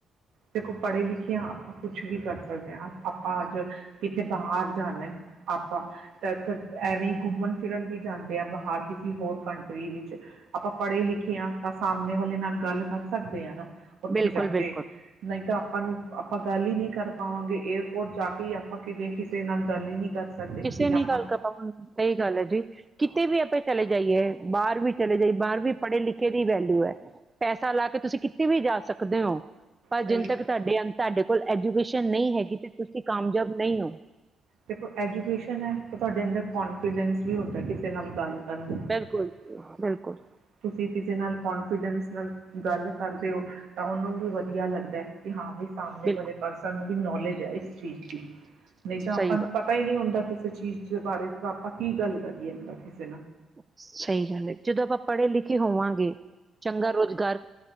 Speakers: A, on the right; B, on the right.
A: ਦੇਖੋ ਪੜ੍ਹੇ ਲਿਖੇ ਹਾਂ ਆਪਾਂ ਕੁਛ ਵੀ ਕਰ ਸਕਦੇ ਹਾਂ, ਆਪਾਂ ਅੱਜ ਕਿਤੇੇ ਬਾਹਰ ਜਾਣਾ ਐ ਆਪਾਂ ਤਾਂ ਐਵੇਂ ਈ ਘੁੰਮਣ ਫਿਰਨ ਵੀ ਜਾਂਦੇ ਆ ਬਾਹਰ ਕਿਸੇ ਹੋਰ ਕੰਟਰੀ ਵਿੱਚ, ਆਪਾਂ ਪੜ੍ਹੇ ਲਿਖੇ ਹਾਂ, ਤਾਂ ਸਾਹਮਣੇ ਵਾਲੇ ਨਾਲ ਗੱਲ ਕਰ ਸਕਦੇ ਆ ਨਾ। ਉੱਥੇ
B: ਬਿਲਕੁਲ
A: ਜਾ
B: ਬਿਲਕੁਲ
A: ਕੇ ਨਹੀਂ ਤਾਂ, ਆਪਾਂ ਨੂੰ ਆਪਾਂ ਗੱਲ ਹੀ ਨਹੀਂ ਕਰ ਪਾਵਾਂਗੇ, ਏਅਰਪੋਰਟ ਜਾ ਕੇ ਹੀ ਆਪਾਂ ਕਿ ਕਿਸੇ ਨਾਲ ਗੱਲ ਹੀ ਨਹੀਂ ਕਰ ਸਕਦੇ
B: ਕਿਸੇ
A: ਕਿ
B: ਨੀ
A: ਆਪਾਂ
B: ਗੱਲ ਕਰਾਂ ਹੁਣ ਸਹੀ ਗੱਲ ਹੈ ਜੀ ਕਿਤੇ ਵੀ ਆਪਾਂ ਚਲੇ ਜਾਈਏ ਬਾਹਰ ਵੀ ਚਲੇ ਜਾਈ ਬਾਹਰ ਵੀ ਪੜ੍ਹੇ ਲਿਖੇ ਦੀ ਵੈਲਊ ਹੈ। ਪੈਸਾ ਲਾ ਕੇ ਤੁਸੀਂ ਕਿਤੇ ਵੀ ਜਾ ਸਕਦੇ ਹੋ। ਪਰ
A: ਸਹੀ
B: ਜਿੰਨ ਤੱਕ ਤੁਹਾਡੇ ਅੰ ਤੁਹਾਡੇ ਕੋਲ ਐਜੂਕੇਸ਼ਨ ਨਹੀਂ ਹੈਗੀ ਤੇ ਤੁਸੀਂ ਕਾਮਯਾਬ ਨਹੀਂ ਹੋ
A: ਦੇਖੋ ਐਜੂਕੇਸ਼ਨ ਹੈ ਤਾਂ ਤੁਹਾਡੇ ਅੰਦਰ ਕੋਂਨਫੀਡੈਂਸ ਵੀ ਹੁੰਦਾ ਕਿਸੇ ਨਾਲ ਗੱਲ <unintelligible>
B: ਬਿਲਕੁਲ ਬਿਲਕੁਲ
A: ਨਾਲ ਗੱਲ ਕਰਦੇ ਹੋ। ਤਾਂ ਉਹਨੂੰ ਵੀ ਵਧੀਆ ਲੱਗਦਾ ਏ। ਤੇ ਹਾਂ ਬਈ ਸਾਹਮਣੇ
B: ਬਿਲਕੁਲ
A: ਵਾਲੇ ਪਰਸਨ ਨੂੰ ਵੀ ਨੌਲੇਜ ਹੈ ਇਸ ਚੀਜ਼ ਦੀ ਨਹੀਂ ਤਾ
B: ਸਹੀ
A: ਸਾਨੂੰ
B: ਗੱਲ
A: ਪਤਾ ਹੀ ਨਹੀਂ ਹੁੰਦਾ ਕਿਸੇ ਚੀਜ਼ ਦੇ ਬਾਰੇ ਆਪਾਂ ਕੀ ਗੱਲ ਕਰੀਏਦਾ ਕਿਸ
B: ਸਹੀ ਗੱਲ ਹੈ ਜਦੋਂ ਆਪਾਂ ਪੜ੍ਹੇ ਲਿਖੇ ਲਿਖੇ ਹੋਵਾਂਗੇ ਚੰਗਾ ਰੁਜ਼ਗਾਰ